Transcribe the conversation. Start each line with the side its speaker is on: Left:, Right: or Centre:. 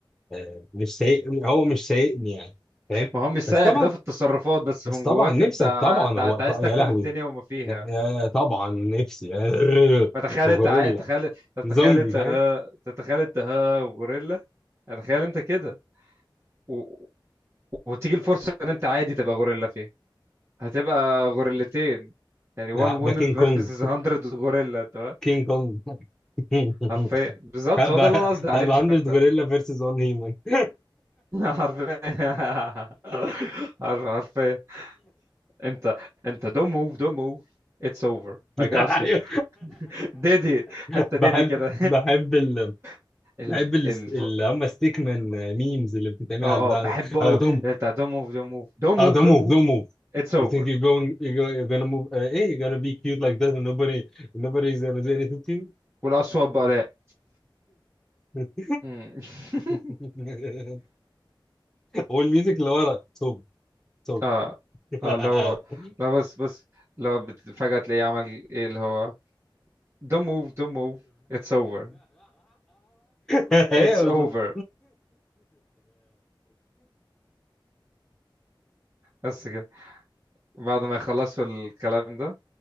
Centre: آه، مش سايق هو مش سايقني يعني فاهم
Right: ما هو بيسايقك
Centre: بس طبعا
Right: ده في التصرفات بس
Centre: بس
Right: من
Centre: طبعا
Right: جواك
Centre: نفسك
Right: انت ع-
Centre: طبعا
Right: انت
Centre: هو
Right: ع- انت
Centre: ط-
Right: عايز تاكل
Centre: يا لهوي
Right: الدنيا وما فيها
Centre: يا يا طبعا نفسي <laughs>
Right: فتخيل
Centre: غوريلا
Right: انت عايز تخيل تتخيل
Centre: زومبي
Right: انت
Centre: فاهم
Right: ها تتخيل انت ها وغوريلا تخيل انت كده و... وتيجي الفرصة ان انت عادي تبقى غوريلا فيها هتبقى غوريلتين يعني one
Centre: هبقى
Right: woman
Centre: كينج كونج
Right: versus 100 غوريلا انت فاهم؟
Centre: كينج كونج <laughs>
Right: حرفيا بالظبط
Centre: هبقى
Right: هو ده اللي انا قصدي عليه
Centre: هبقى
Right: مش
Centre: 100
Right: اكتر
Centre: غوريلا فيرسز 1 هيومن <laughs>
Right: <laughs> حرفيا <laughs> حرف- حرفيا انت انت don't move don't move it's over I got
Centre: ايوه
Right: you ديدي
Centre: بحب
Right: حتى ديدي كده
Centre: بحب ال...
Right: <laughs> ال
Centre: بحب ال...
Right: ال ف-
Centre: اللي هم ستيك مان ميمز اللي بتتعمل
Right: اه
Centre: على البتاع
Right: اه بحبه
Centre: ده آه،
Right: قوي
Centre: don't
Right: اللي بتاع دون موف دون موف دون
Centre: آه،
Right: موف
Centre: don't
Right: دون
Centre: move
Right: موف
Centre: don't move
Right: اتس اوفر
Centre: you think you're going you're gonna you're gonna move uh, hey you're gonna be cute like that and nobody nobody's gonna do anything to you
Right: والاصوات بقى لا
Centre: <laughs>
Right: مم. <laughs>
Centre: <laughs> والميوزك اللي ورا توب توب
Right: اه
Centre: <laughs>
Right: اه لو لو بس بس لو بت- فجأة تلاقيه عمل ايه اللي هو don't move don't move it's over
Centre: هي
Right: it's
Centre: بالظبط
Right: over بس كده بعد ما يخلصوا الكلام ده